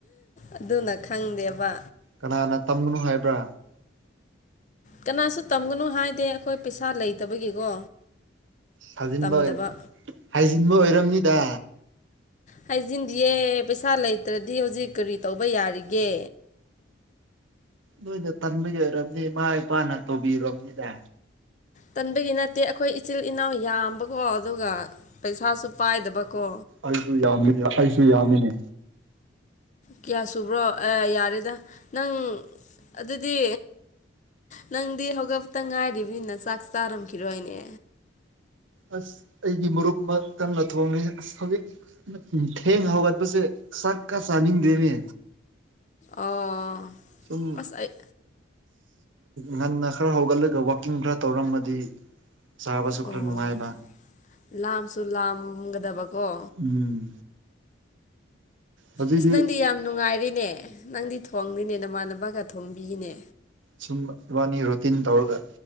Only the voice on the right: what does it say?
ꯀꯅꯥꯅ ꯇꯝꯒꯅꯨ ꯍꯥꯏꯕ꯭ꯔꯥ
ꯁꯥꯖꯤꯟꯕ
ꯍꯥꯏꯖꯤꯟꯕ ꯑꯣꯏꯔꯝꯅꯤꯗ
ꯅꯣꯏꯅ ꯇꯟꯕꯒꯤ ꯑꯣꯏꯔꯝꯅꯤ ꯏꯃꯥ ꯏꯄꯥꯅ ꯇꯧꯕꯤꯔꯝꯅꯤꯗ
ꯑꯩꯁꯨ ꯌꯥꯝꯃꯤ ꯑꯩꯁꯨ ꯌꯥꯝꯃꯤꯅꯦ
ꯑꯁ ꯑꯩꯒꯤ ꯃꯔꯨꯞ ꯑꯃ ꯀꯟꯅ ꯊꯣꯡꯂꯤ ꯑꯁ ꯍꯧꯖꯤꯛ ꯊꯦꯡ ꯍꯧꯒꯠꯄꯁꯦ ꯆꯥꯛꯀ ꯆꯥꯅꯤꯡꯗꯦꯅꯦ
ꯁꯨꯝ
ꯉꯟꯅ ꯈꯔ ꯍꯧꯒꯠꯂꯒ ꯋꯥꯛꯀꯤꯡ ꯈꯔ ꯇꯧꯔꯝꯃꯗꯤ ꯆꯕꯁꯨ
ꯈ꯭ꯔ ꯅꯨꯡꯉꯥꯏꯕ
ꯎꯝ ꯍꯧꯖꯤꯛꯇꯤ
ꯁꯨꯝ ꯏꯕꯥꯅꯤ ꯔꯨꯇꯤꯟ ꯇꯧꯔꯒ